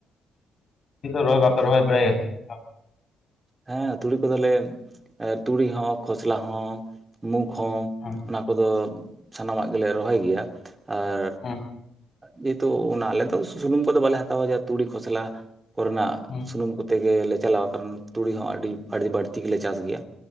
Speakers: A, on the left; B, on the right.
A: ᱨᱚᱦᱚᱭ ᱵᱟᱯᱮ ᱨᱚᱦᱚᱭ ᱵᱟᱲᱟᱭ ᱜᱮᱭᱟ
B: ᱦᱮᱸ ᱛᱩᱲᱤ ᱠᱚᱫᱚᱞᱮ ᱛᱩᱲᱤ ᱦᱚᱸ ᱠᱷᱚᱥᱞᱟ ᱦᱚᱸ ᱢᱩᱠ ᱦᱚᱸ
A: <unintelligible>
B: ᱚᱱᱟ ᱠᱚᱫᱚ ᱥᱟᱱᱟᱢᱟᱜ ᱜᱮᱞᱮ ᱨᱚᱦᱚᱭ ᱜᱮᱭᱟ ᱟᱨ
A: ᱦᱩᱸ
B: ᱡᱮᱦᱮᱛᱩ ᱚᱱᱟ ᱟᱞᱮ ᱫᱚ ᱥᱩᱱᱩᱢ ᱠᱚᱫᱚ ᱵᱟᱞᱮ ᱦᱟᱛᱟᱣᱟ ᱡᱟ ᱛᱩᱲᱤ ᱠᱷᱚᱥᱞᱟ ᱠᱚᱨᱮᱱᱟᱜ
A: ᱦᱩᱸ
B: ᱥᱩᱱᱩᱢ ᱠᱚ ᱛᱮᱜᱮᱞᱮ ᱪᱟᱞᱟᱣᱟ ᱠᱟᱨᱚᱱ ᱛᱩᱲᱤ ᱦᱚᱸ ᱟᱹᱰᱤ ᱟᱹᱰᱤ ᱵᱟᱹᱲᱛᱤ ᱜᱮᱞᱮ ᱪᱟᱥ ᱜᱮᱭᱟ